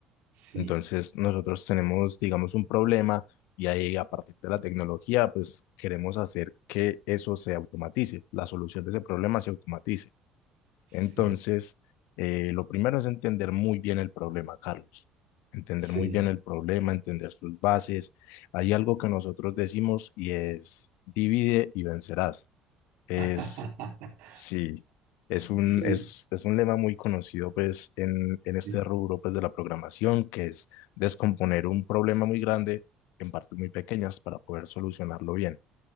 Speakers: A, on the right (about 65°); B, on the left (about 80°).
A: Sí,
B: Entonces nosotros tenemos, digamos, un problema y ahí a partir de la tecnología, pues queremos hacer que eso se automatice, la solución de ese problema se automatice.
A: sí,
B: Entonces, eh, lo primero es entender muy bien el problema, Carlos. Entender
A: sí.
B: muy bien el problema, entender sus bases. Hay algo que nosotros decimos y es divide y vencerás. Es,
A: <laughs>
B: sí, es un,
A: Sí,
B: es, es un lema muy conocido pues en, en este
A: sí.
B: rubro pues de la programación, que es descomponer un problema muy grande en partes muy pequeñas para poder solucionarlo bien.